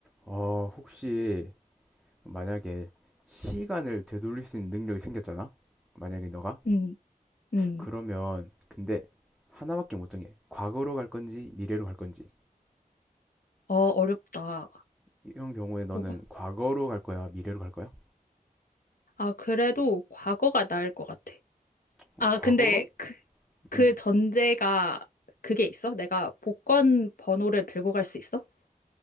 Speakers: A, in the centre; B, on the left (about 70°).
A: 어, 혹시 만약에 시간을 되돌릴 수 있는 능력이 생겼잖아? 만약에 너가?
B: 음, 음.
A: 그러면 근데 하나밖에 못 정해. 과거로 갈 건지 미래로 갈 건지.
B: 어, 어렵다.
A: 이런 경우에 너는
B: 뭐가?
A: 과거로 갈 거야, 미래로 갈 거야?
B: 아, 그래도 과거가 나을 것 같아.
A: 어,
B: 아,
A: 과거로?
B: 근데 그, 그
A: 음.
B: 전제가 그게 있어? 내가 복권 번호를 들고 갈 수 있어?